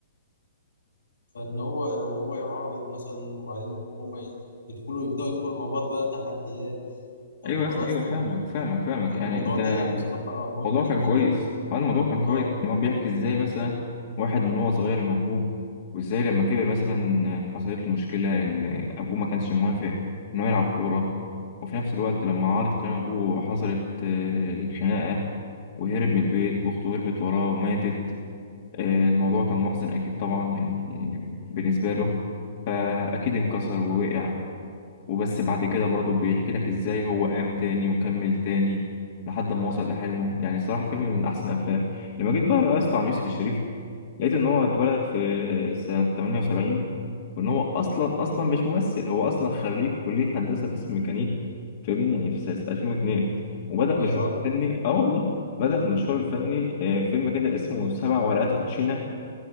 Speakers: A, on the left; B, on the left.
A: فان هو وهو يعارض مثلا وبعدين وهم يدخلوا يبدأوا يدخلوا مع بعض بقى تحديات طب
B: ايوه يا
A: خلاص
B: اسطى ايوه
A: طب
B: فاهمك فاهمك
A: فاهم
B: فاهمك
A: فالموضوع
B: يعني انت
A: ده يعني بصراحة مهم
B: الموضوع
A: جدا
B: كان كويس
A: يعني
B: اه الموضوع كان كويس
A: اه
B: ان هو بيحكي ازاي مثلا واحد من هو صغير موهوب وازاي لما كبر مثلا حصلت له مشكلة ان ابوه ما كانش موافق ان هو يلعب كورة وفي نفس الوقت لما عارض كلام ابوه حصلت آه، الخناقة وهرب من البيت واخته هربت وراه وماتت آه، الموضوع كان محزن اكيد طبعا يعني بالنسبة له فاكيد انكسر ووقع وبس بعد كده برضه بيحكي لك ازاي هو قام تاني وكمل تاني لحد ما وصل لحلمه يعني صراحة فيلم من أحسن الأفلام لما جيت بقى رأست عن يوسف الشريف لقيت إن هو اتولد في سنة 78 وإن هو أصلا أصلا مش ممثل هو أصلا خريج كلية هندسة قسم ميكانيكا فاهمني يعني في سنة 2002 وبدأ مشواره
A: يا راجل
B: الفني آه والله بدأ مشواره الفني آه، فيلم كده اسمه سبع ورقات كوتشينة